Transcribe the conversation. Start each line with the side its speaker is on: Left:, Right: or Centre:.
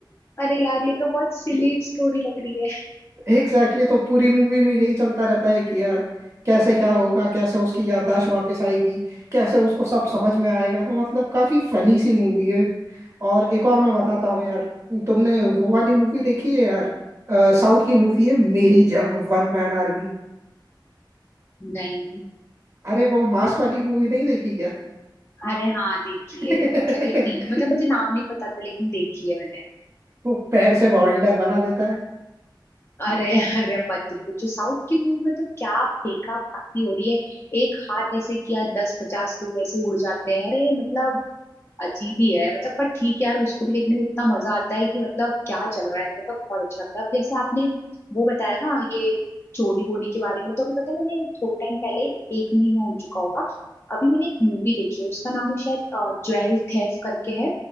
Left: अरे यार ये तो बहुत सिली स्टोरी लग रही है
Right: एग्जैक्टली तो पूरी मूवी में यही चलता रहता है कि यार कैसे क्या होगा कैसे उसकी याददाश्त वापस आएगी कैसे उसको सब समझ में आएगा तो मतलब काफी फनी सी मूवी है और एक और मैं बताता हूँ यार तुमने वो वाली मूवी देखी है यार साउथ की मूवी है Meri Jung one man army
Left: नहीं
Right: अरे वो मांस वाली मूवी नहीं देखी क्या
Left: अरे हाँ देखी
Right: <laughs>
Left: है मतलब ये टीवी मतलब मुझे नाम नहीं पता था लेकिन देखी है मैंने
Right: वो पैर से बवंडर बना देता है
Left: अरे अरे मत पूछो साउथ की मूवी में तो क्या फेंका पाती हो रही है एक हाथ ऐसे किया दस पचास लोग ऐसे उड़ जाते हैं अरे मतलब अजीब ही है मतलब पर ठीक है यार उसको भी देखने में इतना मजा आता है कि मतलब क्या चल रहा है मतलब बहुत अच्छा लगता है अब जैसे आपने वो बताया ना ये चोरी वोरी के बारे में तो अभी पता है मैंने थोड़े टाइम पहले एक महीना हो चुका होगा अभी मैंने एक मूवी देखी है उसका नाम है शायद ज्वेल थेफ करके है